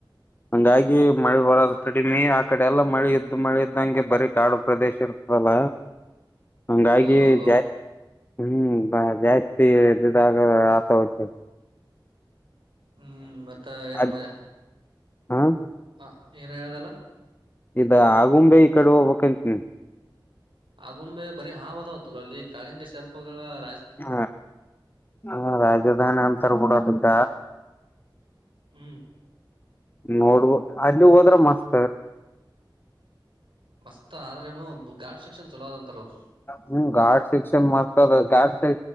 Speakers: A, on the left; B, on the right.
A: ಹಂಗಾಗಿ ಮಳೆ ಬರೋದು ಕಡಿಮೆ ಆ ಕಡೆ ಎಲ್ಲಾ ಮಳೆ ಎದ್ದು ಮಳೆ. ದಂಗೆ ಬರಿ ಕಾಡು ಪ್ರದೇಶ ಇರ್ತದಲ್ಲ ಹಂಗಾಗಿ
B: ಹೌದೌದೌದು
A: ಜ ಹ್ಮ್ ಬ ಜಾಸ್ತಿ <unintelligible> ಆ ಆತ ಹ.
B: ಹ್ಮ್ ಮತ್ತ ಏನ್
A: ಅದ್
B: ಮನೆ
A: ಹ
B: ಹ ಏನ್ ಹೇಳದಲ್ಲ.
A: ಇದ ಆಗುಂಬೆ ಈ ಕಡೆ ಹೋಗ್ಬೇಕ್ಂತನ ಳ.
B: ಆಗುಂಬೆ ಬರಿ ಹಾವದಾವತ್ತಲ್ಲ ಅಲ್ಲಿ ಕಾಳಿಂಗ ಶರ್ಪಗಳ ಹ.
A: ಹ ಹ ರಾಜಧಾನಿ ಅಂತಾರ ಕೂಡದಕ್ಕ.
B: ಹ್ಮ್
A: ನೋಡ್ಬ ಅಲ್ಲಿ ಹೋದ್ರೆ ಮಸ್ತ್.
B: ಮಸ್ತ್ ಆದ್ರೇನು ಗಾಡ್ ಸೆಕ್ಷನ್ ಚಲೋದ ಅಂತರದು
A: ಹ್ಮ್ ರ್ಡ್ ಶೆಕ್ಷನ್ ಮರ್ತದ ಗಾಡ್ ಸ